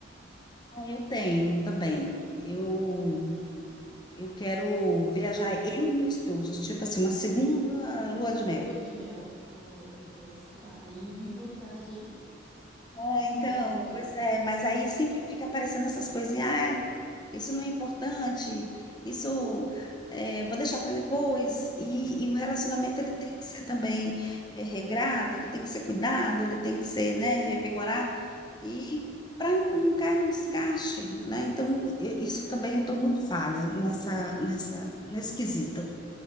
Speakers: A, on the left (about 20°); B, in the centre.
A: Ah, eu tenho também. Eu eu quero viajar eu e meu esposo, tipo assim, uma segunda lua de
B: Lua
A: mel.
B: de mel. Nossa, aí vi vantagem, hein?
A: Ah, então,
B: Top!
A: pois é, mas aí sempre fica aparecendo essas coisinhas, ah, isso não é importante, isso é, vou deixar para depois. E, e o relacionamento ele tem que ser também é, regrado, ele tem que ser cuidado, ele tem que ser, né, revigorado e para não, não cair no desgaste, né? Então, eu- isso também eu estou muito falha nessa, nessa, nesse quesito.